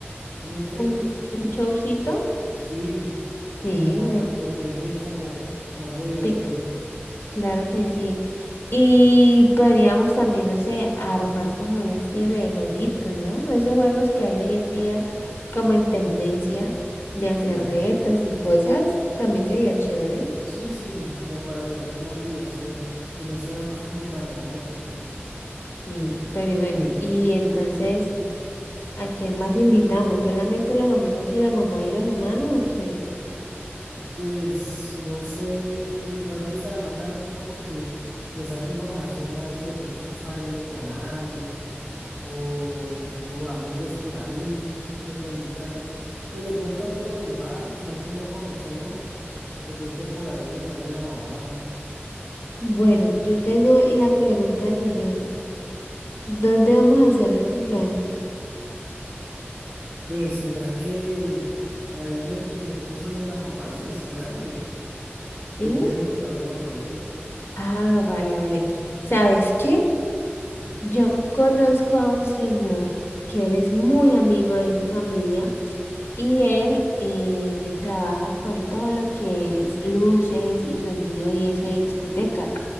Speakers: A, in the centre; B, on the left (about 60°).
A: ¿sí me entiendes?
B: un, un chopsito.
A: Sí,
B: Sí,
A: como para
B: me
A: ponerle como, como algo divertido.
B: pica. Claro que sí. Y podríamos también, no sé, armar como un estilo de jueguito, ¿no? Esos juegos que hay hoy en día como en tendencia de hacer
A: Sí.
B: retas y cosas, también sería chévere.
A: Sí, sí, como para agregarle más diversión, que no sea algo como tan monótono.
B: Sí, pero y bueno, y entonces, ¿a quién más invitamos? ¿Solamente los amigos y la mamá y los hermanos o qué?
A: Pues no sé, pues igual yo esta semana así como que le saco información a ver si de pronto es que está saliendo con alguien o, o amigos por ahí, como para invitarlos. Pues de pronto amigos del barrio que nosotros no conocemos, de pronto por ahí preguntarle a la mamá.
B: Bueno,
A: ¿sí?
B: yo tengo la pregunta del millón. ¿Dónde vamos a hacer el cumpleaños?
A: Pues mira que ahí en el primer piso donde la mamá, eso es grande.
B: ¿Sí?
A: Y ella dijo que no había problema.
B: Ah, vale, vale. ¿Sabes qué? Yo conozco a un señor que él es muy amigo de mi familia y él eh, trabaja con todo lo que es luces y sonido y eso de discoteca.